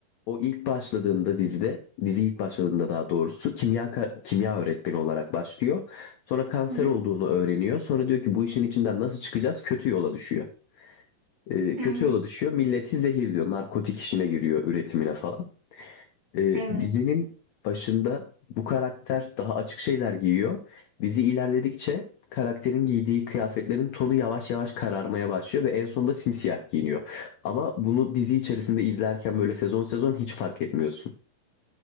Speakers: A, on the left; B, on the right.
A: O ilk başladığında dizide, dizi ilk başladığında daha doğrusu kimya ka- kimya öğretmeni olarak başlıyor. Sonra kanser
B: Hı hı.
A: olduğunu öğreniyor. Sonra diyor ki bu işin içinden nasıl çıkacağız? Kötü yola düşüyor. Ee,
B: Hı
A: kötü
B: hı.
A: yola düşüyor. Milleti zehirliyor. Narkotik işine giriyor, üretimine falan. Ee,
B: Evet.
A: dizinin başında bu karakter daha açık şeyler giyiyor. Dizi ilerledikçe karakterin giydiği kıyafetlerin tonu yavaş yavaş kararmaya başlıyor ve en sonunda simsiyah giyiniyor. Ama bunu dizi içerisinde izlerken böyle sezon sezon hiç fark etmiyorsun.